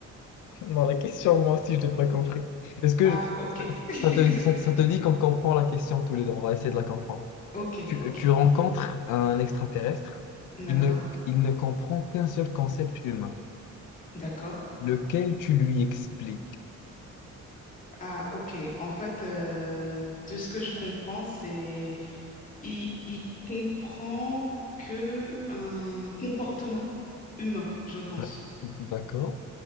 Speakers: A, on the left; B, on the left.
A: Non, la question, moi aussi, je l'ai pas compris. Est-ce que
B: Ah, ok.
A: ça,
B: <laughs>
A: ça te, ça, ça te dit qu'on comprend la question tous les deux? On va essayer de la comprendre.
B: Ok,
A: Tu,
B: ok.
A: tu rencontres un extraterrestre,
B: D'accord,
A: il ne, il ne comprend qu'un seul concept humain,
B: d'accord.
A: lequel tu lui expliques.
B: Ah, ok. En fait, euh, de ce que je comprends, c'est il, il comprend que un comportement humain, je pense.
A: D'ac- D'accord,